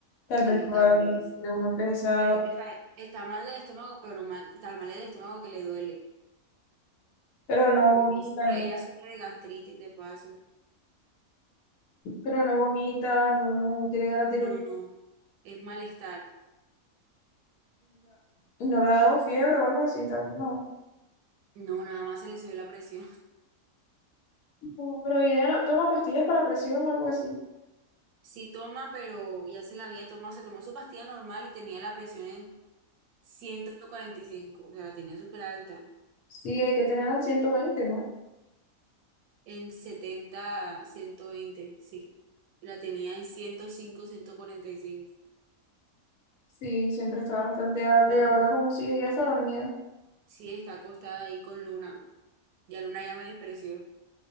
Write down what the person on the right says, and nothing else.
sí,
tal
vez.
Pero, o sea, está mal del estómago, pero no mal, está mal del estómago que le duele.
Como
él sufre-
ella sufre de gastritis de paso.
No,
no, es malestar.
No, nada más se le subió la presión. <laughs>
Sí toma, pero ya se la había tomado, se tomó su pastilla normal y tenía la presión en ciento cuarenta y cinco o sea, la tenía súper alta,
en setenta ciento veinte sí. Y la tenía en ciento ciento cinco ciento cuarenta y cinco
Sí, está acostada ahí con Luna. Ya Luna ya me despreció.